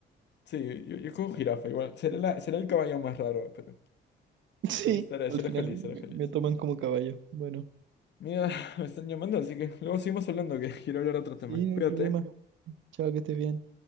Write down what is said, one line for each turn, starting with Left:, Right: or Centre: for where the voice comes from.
Left: Sí, yo, yo cojo jirafa, igual. Será la- será el caballo más raro, pero.
Right: <laughs> Sí,
Left: Ahí estaré,
Right: al
Left: seré
Right: final
Left: feliz, seré
Right: me,
Left: feliz.
Right: me toman
Left: Bueno.
Right: como caballo. Bueno,
Left: Mira, <laughs> me están llamando, así que luego seguimos hablando, que <laughs> quiero hablar de otro tema.
Right: sí, no
Left: Cuídate.
Right: hay problema. Chao, que estés bien.